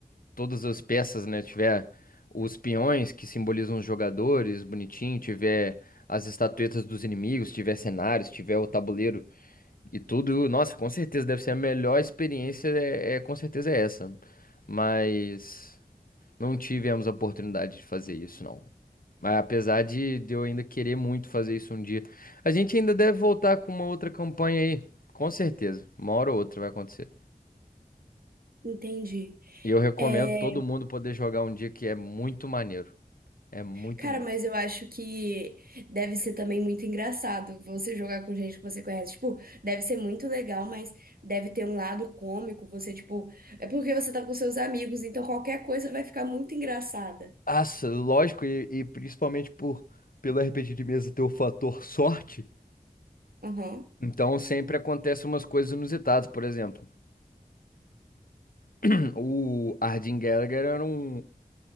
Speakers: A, on the left; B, on the right.
A: todas as peças, né, tiver os peões que simbolizam os jogadores, bonitinho, tiver as estatuetas dos inimigos, tiver cenários, tiver o tabuleiro e tudo, nossa, com certeza deve ser a melhor experiência, é, é- com certeza é essa, mas não tivemos a oportunidade de fazer isso, não. Mas apesar de, de eu ainda querer muito fazer isso um dia, a gente ainda deve voltar com uma outra campanha aí, com certeza. Uma hora ou outra vai acontecer.
B: Entendi.
A: E eu recomendo
B: É,
A: todo mundo poder jogar um dia que é muito maneiro. É muito
B: Cara,
A: massa.
B: mas eu acho que deve ser também muito engraçado você jogar com gente que você conhece. Tipo, deve ser muito legal, mas deve ter um lado cômico. Você, tipo, é porque você tá com seus amigos, então qualquer coisa vai ficar muito engraçada.
A: Nossa, lógico, e, e principalmente por pelo RPG de mesa ter o fator sorte.
B: Aham,
A: Então sempre acontecem umas coisas inusitadas, por exemplo, <clears throat> o Ardyn Gallagher era um